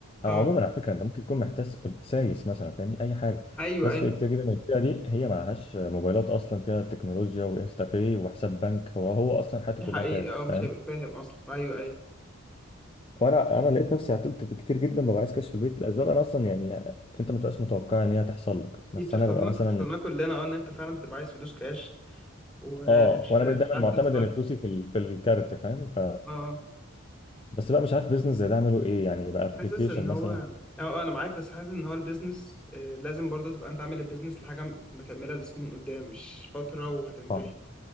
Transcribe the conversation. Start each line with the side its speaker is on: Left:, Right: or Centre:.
Centre: آه،
Left: او عموما على فكره انت ممكن تكون محتاس سايس مثلا فاهمني اي حاجه
Centre: ايوه
Left: ناس
Centre: ايوه
Left: فئة كتير جدا من الفئه دي هي معهاش موبايلات اصلا فيها تكنولوجيا وانستا باي وحساب بنك هو هو اصلا حياته
Centre: دي
Left: كلها
Centre: حقيقة
Left: كاش
Centre: اه
Left: فاهم
Centre: مش هيبقى فاهم اصلا ايوه ايوه
Left: وانا انا لقيت نفسي عطلت كتير جدا ببقى عايز كاش في البيت لاسباب انا اصلا يعني انت ما تبقاش متوقع ان هي تحصل لك
Centre: دي
Left: بس
Centre: بتحصل
Left: انا ببقى
Centre: لنا
Left: مثلا
Centre: بتحصل لنا كلنا اه ان انت فعلا بتبقى عايز فلوس كاش ومش
Left: اه وانا بقيت دايما
Centre: مش عارف
Left: معتمد
Centre: تتصرف
Left: ان فلوسي في ال... في الكارت فاهم ف
Centre: اه آه.
Left: بس بقى مش عارف بيزنس زي ده اعمله ايه يعني بقى ابلكيشن
Centre: حاسس ان هو
Left: مثلا
Centre: اه آه، انا معاك بس حاسس ان هو البيزنس آه، لازم برضه تبقى انت عامل البيزنس لحاجه مكمله لسنين قدام مش فتره وهتنتهي
Left: اه